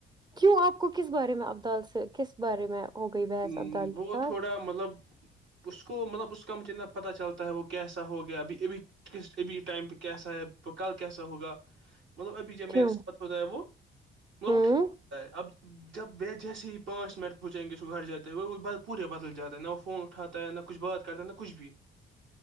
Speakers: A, on the right; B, on the right.
A: کیوں آپ کو کس بارے میں ابدال سے کس بارے میں ہو گئی بحث
B: ہ
A: ابدال
B: وہ
A: کے ساتھ
B: تھوڑا مطلب اس کو مطلب اس کا مجھےنا پتا چلتا ہے وہ کیسا ہو گیا ابھی ابھی ک ابھی ٹائم پہ کیسا ہے کل کیسا ہوگا مطلب ابھی جب میرے
A: کیوں
B: ساتھ ہوتا ہے وہ مطلب
A: ہوں
B: وہ ٹھیک ہوتا ہے اب جب و جیسے ہی پانچ منٹ ہوچائیں گے اس گھر جاتا ہے وہ وہ پورے بدل جاتا ہے نہ وہ فون اٹھاتا ہے نہ کچھ بات کرتا ہے نہ کچھ بھی